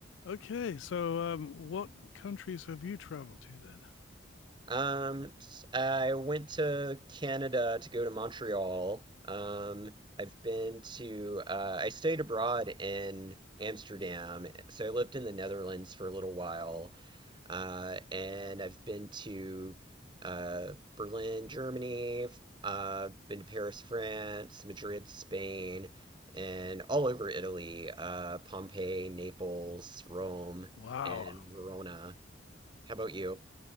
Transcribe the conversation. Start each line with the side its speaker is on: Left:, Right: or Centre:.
Left: Okay, so um, what countries have you traveled to then?
Right: Um, s- I went to Canada to go to Montreal. Um, I've been to, uh, I stayed abroad in Amsterdam. So I lived in the Netherlands for a little while. Uh, and I've been to, uh, Berlin, Germany, f- uh, been to Paris, France, Madrid, Spain, and all over Italy, uh, Pompeii, Naples, Rome,
Left: Wow.
Right: and Verona. How about you?